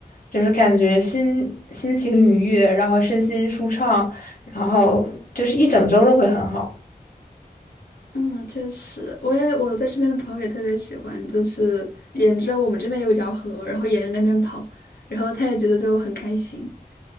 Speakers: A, on the left; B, on the left.
A: 就是感觉心心情愉悦，然后身心舒畅，然后就是一整周都会很好。
B: 嗯，确实，我也我在这边的朋友也特别喜欢，就是沿着我们这边有一条河，然后沿着那边跑，然后他也觉得就很开心。